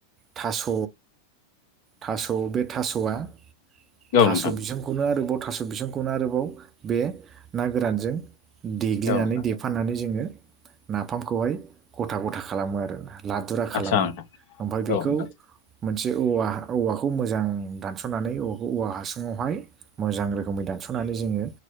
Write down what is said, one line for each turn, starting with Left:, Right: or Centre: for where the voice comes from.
Right: थास' थास' बे थास'आ
Left: औ
Right: थास'
Left: नोंथां
Right: बिजोंखौनो आरोब थास' बिसंखौनो आरोबाव बे ना गोरानजों देग्लिनानै
Left: औ नोंथां
Right: देफानानै जोङो नाफामखौहाय गथा गथा खालामो आरोना लादुरा खालामो
Left: आदसा नोंथां
Right: ओमफफ्राय बेखौ
Left: औ नोंथां
Right: मोनसे औवा औवाखौ मोजां दानस'नानै औवा हासुङावहाय मोजां रोखोमै दान दानसनानै जोङो